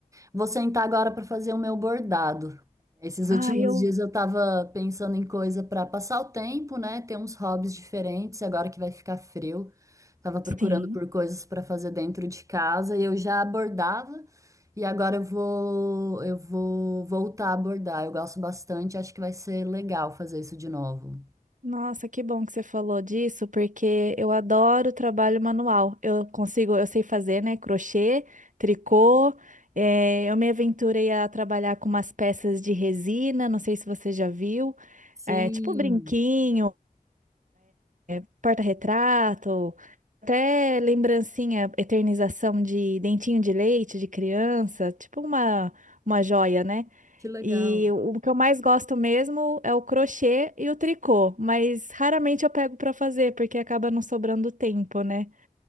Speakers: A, on the right (about 20°); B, on the right (about 55°).
A: Vou sentar agora para fazer o meu bordado. Esses
B: Ah,
A: últimos
B: eu.
A: dias eu estava pensando em coisa para passar o tempo, né? Ter uns hobbies diferentes, agora que vai ficar frio. Tava procurando
B: Sim.
A: por coisas para fazer dentro de casa e eu já bordava e agora eu vou eu vou voltar a bordar. Eu gosto bastante, acho que vai ser legal fazer isso de novo.
B: Nossa, que bom que você falou disso, porque eu adoro trabalho manual. Eu consigo, eu sei fazer, né? Crochê, tricô. eh, eu me aventurei a trabalhar com umas peças de resina, não sei se você já viu,
A: Sim,
B: eh, tipo brinquinho, eh, porta-retrato, até lembrancinha, eternização de dentinho de leite de criança, tipo uma, uma joia, né?
A: que legal.
B: E o que eu mais gosto mesmo é o crochê e o tricô, mas raramente eu pego para fazer porque acaba não sobrando tempo, né?